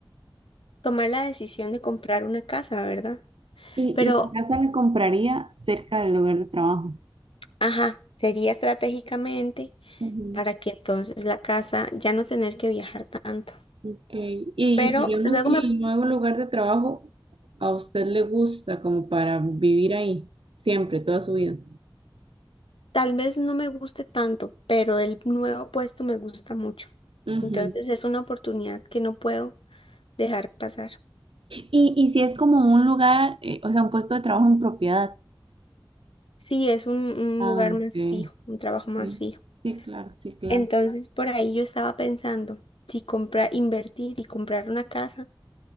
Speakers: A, on the left; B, on the right.
A: tomar la decisión de comprar una casa, ¿verdad?
B: Y,
A: Pero,
B: y la casa la compraría cerca del lugar de trabajo.
A: ajá, sería estratégicamente
B: Ujú,
A: para que entonces la casa ya no tener que viajar tanto.
B: ok. Y
A: Pero
B: digamos
A: luego
B: que
A: me
B: el nuevo lugar de trabajo a usted le gusta como para vivir ahí, siempre, toda su vida.
A: Tal vez no me guste tanto, pero el nuevo puesto me gusta mucho.
B: Ujú,
A: Entonces es una oportunidad que no puedo dejar pasar.
B: Y, y si es como un lugar, eh, o sea, un puesto de trabajo en propiedad.
A: Sí, es un, un
B: Ah,
A: lugar
B: ok.
A: más fijo, un trabajo más
B: Sí,
A: fijo.
B: sí, claro, sí, claro.
A: Entonces por ahí yo estaba pensando, si comprar, invertir y comprar una casa,